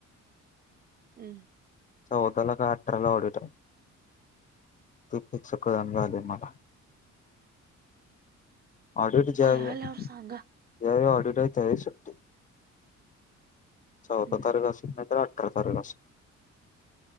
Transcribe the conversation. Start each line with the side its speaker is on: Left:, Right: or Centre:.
Right: हम्.
Left: चौदा ला का अठराला उडी ते कस कळना झालंय मला. ऑडिट ज्यावेळी
Right: कळाल्यावर
Left: ज्यावेळी
Right: सांगा
Left: ऑडिट त्यावेळी सुट्टी. चौदा
Right: हम्म
Left: तारख असेल नाही तरर अठरा तारखे असेल.